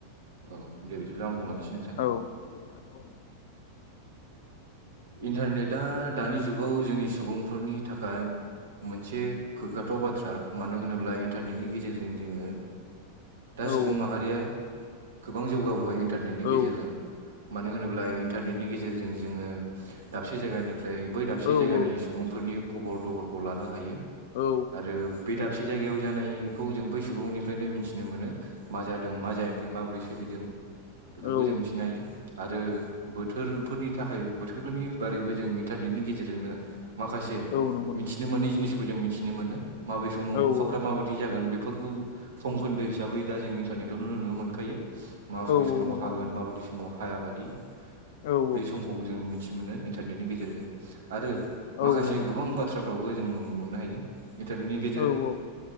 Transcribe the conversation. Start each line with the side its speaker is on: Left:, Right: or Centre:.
Right: औ दे बिदिब्ला आं बुंलांसै नोंथां।
Left: औ। औ औ।
Right: इन्टारनेटआ दानि जुगाव जोंनि सुबुंफोरनि थाखाय मोनसे गोग्गाथाव बाथ्रा मानो होनोब्ला इन्टारनेटनि गेजेरजों जोङो दा
Left: औ
Right: सुबुं माहारिया गोबां जौगाबोबाय इन्टारनेटनि
Left: औ
Right: गेजेरजों मानो होनोब्ला इन्टारनेटनि गेजेरजों जोङो दाबसे जायगानि ओमफ्राय बै दाबसे
Left: औ
Right: जायगानि सुबुंफोरनि खबर दबरखौ लानो हायो।
Left: औ।
Right: आरो बे दाबसे जायगायाव जानायखौ जों बै सुबुंनिफ्रायनो मिथिनो मोनो। मा जादों मा जायाखै माबोरै सोलिदों बेफोरखौ
Left: औ
Right: जों मिथिनो हायो आरो बोथोरफोरनि थाखाय बोथोरफोरनि बारैबो जों इन्टारनेटनि गेजेरजोंनो माखासे
Left: औ नंगौ नंगौ
Right: मिथिनो मोनै जिनिसखौ खौ जों मिथिनो मोनो माबै समाव
Left: औ औ
Right: अखाफ्रा माबायदि जागोन बेफोरखौ समखोन्दो हिसाबै दा जों इन्टारनेटआवनो नुनो मोनखायो माब
Left: औ
Right: बे समाव
Left: नंगौ
Right: हागोन
Left: नंगौ
Right: माबायदि सम समाव हाय बादि
Left: औ औ
Right: बे समखौ जों मिथि मोनो इन्टारनेटनि गेजेरजों। आरो
Left: औ
Right: माखासे
Left: नंगौ
Right: गोबां
Left: नंगौ
Right: बाथ्राफ्रावबो जों मोननो हायो इन्टारनेटनि गेजेरजों
Left: औ औ।